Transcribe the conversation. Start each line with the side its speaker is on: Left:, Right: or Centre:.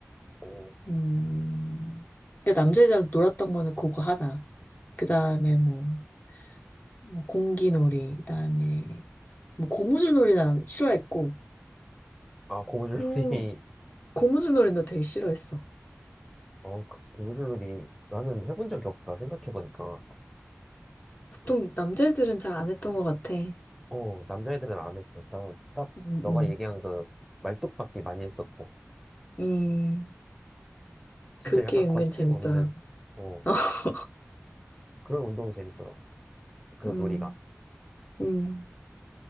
Centre: 어,
Left: 음 그러니까 남자애들이랑 놀았던 거는 그거 하나. 그 다음에 뭐. 뭐 공기놀이, 그다음에 뭐 고무줄놀이는 안- 싫어했고,
Centre: 아, 고무줄놀이.
Left: 오,
Centre: <laughs>
Left: 고무줄놀이나 되게 싫어했어.
Centre: 어, 그 고무줄놀이. 나는 해본 적이 없다, 생각해보니까.
Left: 보통 남자애들은 잘 안 했던 것 같아.
Centre: 어, 남자애들은 안 했어. 나는 딱
Left: 음,
Centre: 너가
Left: 음,
Centre: 얘기한 그 말뚝박기 많이 했었고,
Left: 음,
Centre: 진짜
Left: 그게
Centre: 약간
Left: 은근
Centre: 거침없는,
Left: 재밌더라고.
Centre: 어,
Left: <laughs>
Centre: 그런 운동이 재밌더라고. 그런
Left: 음,
Centre: 놀이가.
Left: 음,